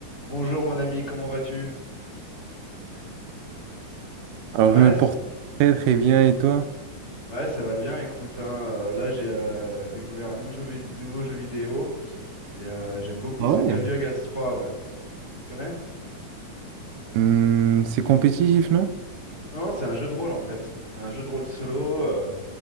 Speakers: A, on the left; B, on the right.
A: Bonjour mon ami, comment vas-tu?
B: Alors,
A: Ouais,
B: je me
A: c-
B: porte très très bien et toi?
A: ouais, ça va bien, écoute, hein, euh, là j'ai euh, découvert un nou- jeu vid- nouveau jeu, vidéo et euh, j'aime beaucoup,
B: Ah
A: c'est
B: ouais.
A: Baldur's 3, ouais. Tu connais?
B: Hmm, c'est compétitif, non?
A: Non, non, c'est un jeu de rôle en fait. C'est un jeu de rôle solo euh,